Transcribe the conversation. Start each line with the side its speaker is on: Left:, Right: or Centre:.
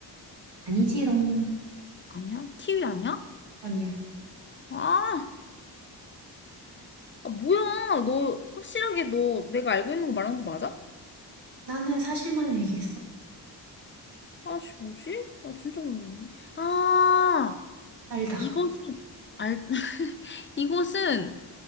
Right: 아니지롱.
Left: 아니야? 키위 아니야?
Right: 아니야.
Left: 아. 아, 뭐야. 너 확실하게 너 내가 알고 있는 거 말하는 거 맞아?
Right: 나는 사실만을 얘기했어.
Left: 아씨, 뭐지? 아, 진짜 모르겠네. 아,
Right: 알다.
Left: 이것은 알 <laughs> 이것은